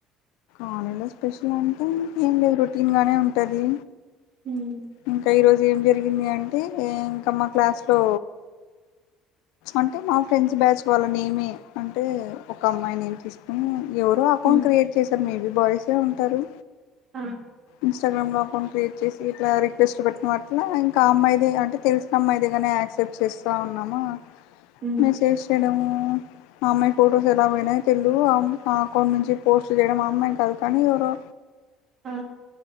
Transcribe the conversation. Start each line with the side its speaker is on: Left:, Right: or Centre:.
Left: ఆాలలో స్పెషల్ అంటే ఏం లేదు రొటీన్గానే ఉంటుంది
Right: ఉమ్,
Left: ఇంకా ఈరోజు ఏం జరిగింది అంటే ఇంకా మా క్లాస్లో అంటే మా ఫ్రెండ్స్ బ్యాచ్ వాళ్ళని ఏమి అంటే ఒక అమ్మాయిని ఏం తీసుకుని ఎవరో అకౌంట్
Right: ఉమ్,
Left: క్రియేట్ చేశారు మేబీ బాయ్సే ఉంటారు
Right: ఆ
Left: ఇన్స్టా్రామ్ లో అకౌంట్ క్రియేట్ చేసి ఇట్లా రెస్ట్ పెట్టిన మాట్ల ఇంకా అమ్మాయిది అంటే తెలిసిన అమ్మాయిదిే కానే యాక్సెప్ట్ చేస్తూ ఉన్నామా
Right: ఉమ్,
Left: మెసేజ్ చేయడము మా అమ్మాయి ఫొటోస్ ఎలా పోయినాయో తెలు అకౌంట్ నుంచి పోస్ట్ చేయడం మా అమ్మాయి కాదు కానీ ఎవరో
Right: ఆ